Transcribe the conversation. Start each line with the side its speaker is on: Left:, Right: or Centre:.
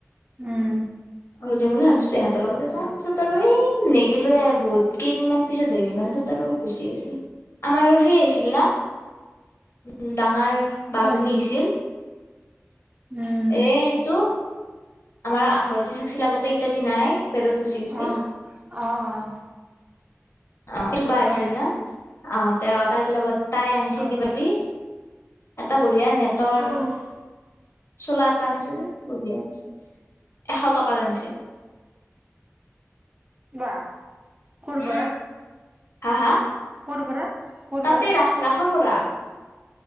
Right: উম,
Left: অ' দেম লা ছে সেহঁতৰ লগতে যাম। পিছত আৰু এই নেগেলোৱে। বহুত কেইদিনমান পিছতহে গেলো, পিছত আৰু গুচি গৈছে। আমাৰ আৰু সেই আহিছিল ন'? উম, ডাঙাৰ বাজনী
Right: কোন?
Left: আহিছিল।
Right: উম,
Left: এ এইটো আমাৰ আ- ঘৰত যে থাকছিল আগতে, এত্যা যি নাই। বেলেগত গুচি গৈছে
Right: আ'। অ' - অ'।
Left: অ' টো বা আহিছিল
Right: তাই
Left: না অ' তেওঁ- তাইৰ লগত তাই আনছিল
Right: অ',
Left: কিবা-কিবি এটা ব বেয়া নেটৰ
Right: অ',
Left: চোলা এটা আনছিল। বঢ়িয়া আনছে। এশ টকাত আনছিল।
Right: বাহ। ক'ৰ
Left: উম
Right: পৰা?
Left: হা - হা?
Right: ক'ৰ পৰা? ক'ৰ
Left: তাতে
Right: পৰা?
Left: ৰাস- ৰাসৰ পৰা।